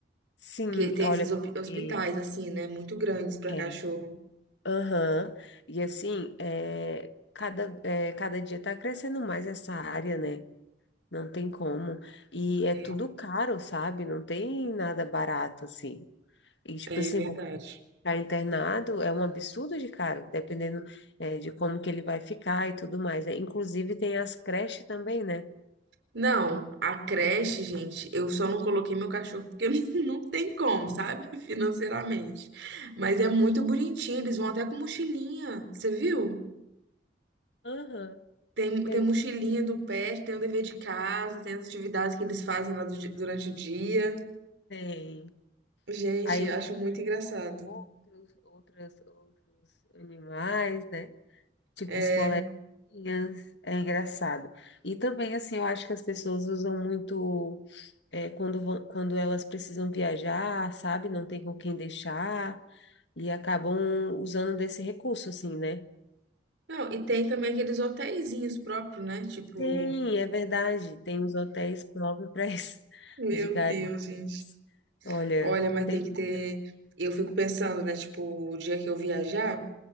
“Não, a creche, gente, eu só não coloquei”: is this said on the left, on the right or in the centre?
Right